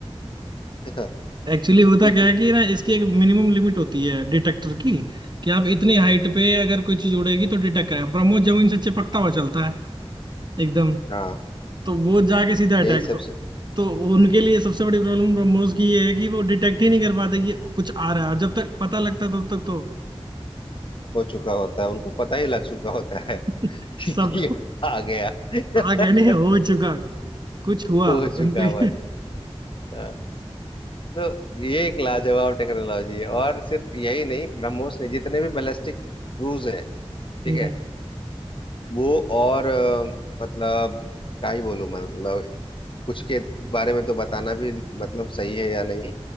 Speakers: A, on the left; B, on the right.
A: <laughs>
B: एक्चुअली होता
A: क्योंकि
B: क्या है कि ना इसकी एक मिनिमम लिमिट होती है डिटेक्टर की कि आप इतनी हाइट पे अगर कोई चीज उड़ेगी तो डिटेक्ट करेगा ब्रह्मोस जमीन से चिपकता हुआ चलता है एकदम
A: हाँ
B: तो वो जाके सीधा अटैक
A: यही सबसे
B: तो तो उनके लिए सबसे बड़ी प्रॉब्लम ब्रह्मोस की ये है कि वो डिटेक्ट ही नहीं कर पाते कि कुछ आ रहा है और जब तक पता लगता है, तब तक तो
A: हो चुका होता है उनको पता ही लग चुका होता है
B: <laughs>
A: <laughs> कि
B: सबको
A: कि आ गया <laughs>
B: आ गए नहीं हो चुका कुछ हुआ
A: हो चुका
B: उनको <laughs>
A: भाई हाँ। तो ये एक लाजवाब टेक्नोलॉजी है और सिर्फ यही नहीं ब्रह्मोस ने जितने भी बैलिस्टिक क्रूज हैं ठीक
B: हम्म
A: है वो और अ, मतलब क्या ही बोलूं मतलब कुछ के बारे में तो बताना भी मतलब सही है या नहीं